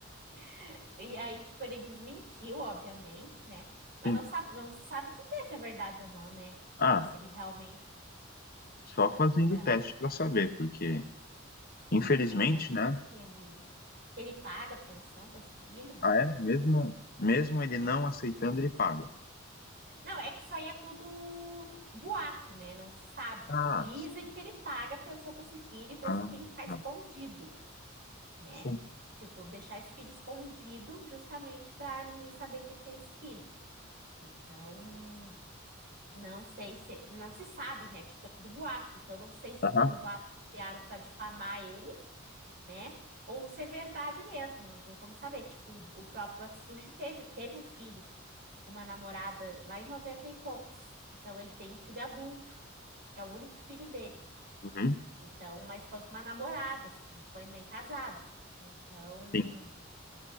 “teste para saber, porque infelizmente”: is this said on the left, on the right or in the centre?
Left